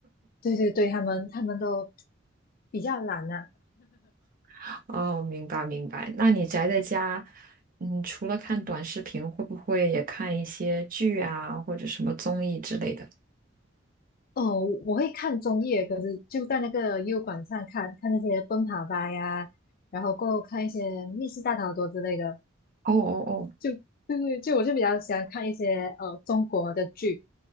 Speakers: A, on the left (about 45°); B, on the right (about 45°).
A: 对对对，他们他们都比较懒呐、
B: <laughs> 哦，明白明白。那你宅在家，嗯，除了看短视频，会不会也看一些剧啊，或者什么综艺之类的？
A: 哦，我会看综艺，可是就在那个优管上看看那些奔跑吧呀，然后过后看一些密室大逃脱之类的。
B: 哦哦哦，
A: 就对对，就我就比较喜欢看一些呃中国的剧，